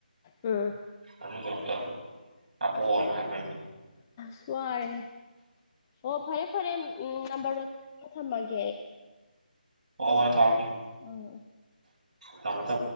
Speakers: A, on the left; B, on the right.
A: ꯎꯝ
B: ꯑꯗꯨ ꯀꯗ ꯑ ꯑꯣꯅ ꯍꯥꯏ
A: ꯁ꯭ꯋꯥꯔꯦ ꯑꯣ ꯐꯔꯦ ꯐꯔꯦ ꯎꯝ ꯅꯝꯕꯔ ꯊꯝꯃꯒꯦ ꯑꯩ
B: ꯍ ꯊꯥꯎꯦ
A: ꯎꯝ ꯎꯝ
B: ꯀꯃ ꯇ